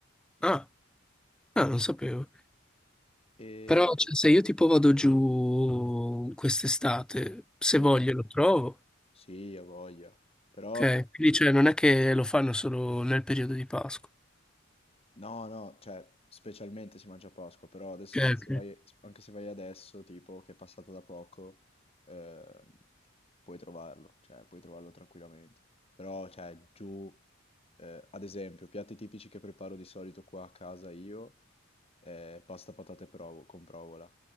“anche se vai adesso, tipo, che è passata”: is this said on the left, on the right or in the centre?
Left